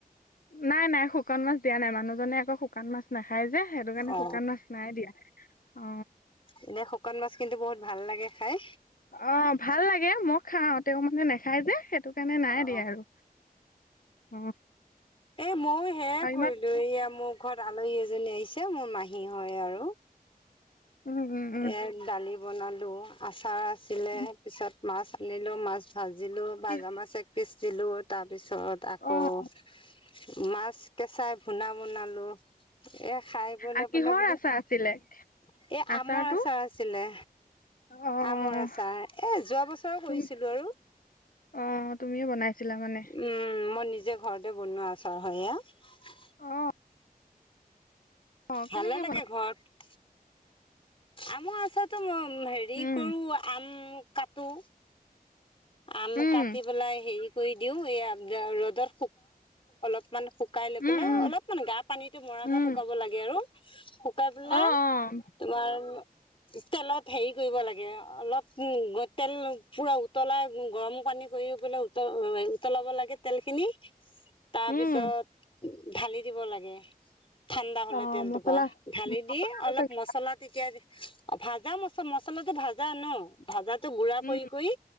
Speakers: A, on the left; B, on the left.
A: নাই নাই শুকান মাছ দিয়া নাই মানুহনে আক শুকান মাছ নাখায় যে সেইটো কাৰণে
B: অ
A: শুকান মাছ নাই দিয়া অ
B: এনে শুকান মাছ কিন্তু বহুত ভাল লাগে খাই
A: অ ভাল লাগে মই খাও তেওঁ মানে নেখায় যে সেইটো কাৰণে নাই
B: অ
A: দিয়া আৰু অ
B: এই ময়ো সেয়ায়
A: আৰু ইমান
B: কৰিলো এইয়া মোক ঘৰত আলহী এজনী আহিছে মোৰ মাহী হয় আৰু
A: উম উম উম
B: এ দালি বনালো আচাৰ আছিলে
A: উম,
B: পিছত মাছ আনিলো মাছ ভাজিলো ভাজা
A: কি
B: মাছ এক পিছ দিলো তাৰ পিছত তাৰ পিছত
A: অ'
B: আকৌ মাছ কেঁচাই ভূনা বনালো এ খাই বৈ লৈ
A: অ'
B: পেলাই
A: কিহৰ
B: বোলো এ
A: আচাৰ আছিলে আচাৰটো
B: আমৰ আচাৰ আছিলে
A: অ'
B: আমৰ আচাৰ এ যোৱা বছৰো কৰিছিলো
A: তুমি
B: আৰু
A: অ তুমিয়ে বনাইছিলা মানে
B: উম মই নিজে ঘৰতে বনোৱা আছা আৰু হয় এইয়া
A: অ অ' কেনেকে
B: ভালে লাগে
A: বনা
B: ঘৰত আমৰ আছাৰটো মই হেৰি
A: উম
B: কৰো আম কাটো আম
A: উম
B: কাটি পেলাই হেৰি কৰি দিও এ ৰ'দত <unintelligible> মানে শুকাই লৈ
A: উম
B: পেলাই
A: উম
B: অলপ মানে গা পানীটো মৰাকে
A: উম
B: শুকাব লাগে আৰু শুকাই পেলাই
A: অ' অ'
B: তোমাৰ তেলত হেৰি কৰিব লাগে অলপ তেল পুৰা উতলাই গৰম পানী কৰি পাই উত উতলাব লাগে তেলখিনি তাৰপিছত
A: উম
B: ঢালি দিব লাগে ঠাণ্ডা হলে
A: অ'
B: তেলটোৰ
A: মছলা
B: পা ঢালি দি
A: মছলাটো
B: অলপ
A: চাগে
B: মছলা তেতিয়া ভাজা মচ মছলাটো ভাজা ন ভাজাতো গুড়া
A: উম
B: কৰি কৰি